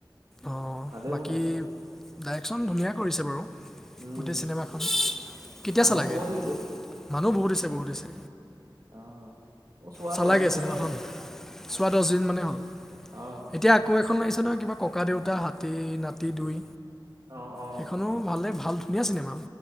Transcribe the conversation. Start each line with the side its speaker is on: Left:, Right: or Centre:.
Centre: অ
Right: ভালেই
Centre: বাকী
Right: বনাইছে।
Centre: ডাইৰেকচন ধুনীয়া কৰিছে বাৰু।
Right: উম,
Centre: গোটেই চিনেমাখন, কেতিয়া
Right: মানুহো
Centre: চালাগে?
Right: বহুত হৈছে
Centre: মানুহ বহুত হৈছে, বহুত হৈছে।
Right: অ মোৰ চোৱা
Centre: চালাগে
Right: দছ দিন
Centre: চিনেমাখন
Right: মানেই হ'ল।
Centre: চোৱা দছ দিন মানে হ'ল।
Right: অহ,
Centre: এতিয়া আকৌ এখন আহিছে নহয় কিবা ককা দেউতা হাতী নাতি দুই।
Right: অ, অ।
Centre: সেইখনো ভালে ভাল ধুনীয়া চিনেমা।